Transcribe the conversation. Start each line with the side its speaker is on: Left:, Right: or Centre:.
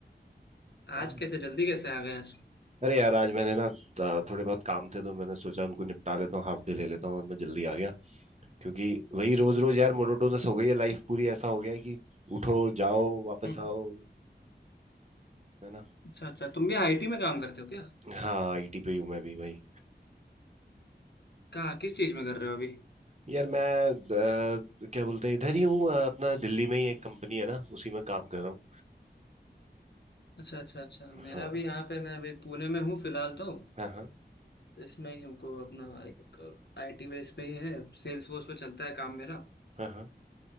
Left: आज
Right: अब
Left: कैसे जल्दी कैसे आ गए आज
Right: अरे यार आज मैंने ना त- थोड़े बहुत काम थे तो मैंने सोचा उनको निपटा लेता हूँ हाफ डे ले लेता हूँ और मैं जल्दी आ गया क्योंकि वही रोज रोज यार मोनोटोनस हो गई है लाइफ पूरी ऐसा हो गया है कि उठो जाओ वापस
Left: हम्म
Right: आओ है ना
Left: अच्छा अच्छा तुम भी आईटी में काम करते हो क्या
Right: हाँ आईटी पे हूँ मैं भी भाई
Left: कहाँ किस चीज़ में कर रहे हो अभी
Right: यार मैं अ, क्या बोलते हैं इधर ही हूँ अ, अपना दिल्ली में ही एक कंपनी है ना उसी में काम कर रहा हूँ
Left: अच्छा अच्छा अच्छा मेरा
Right: हाँ
Left: भी यहाँ पे मैं अभी पुणे में हूँ फिलहाल तो
Right: हाँ हाँ
Left: इसमें ही हूँ को अपना एक आईटी बेस पे ही है सेल्स फोर्स पे चलता है काम मेरा
Right: हाँ हाँ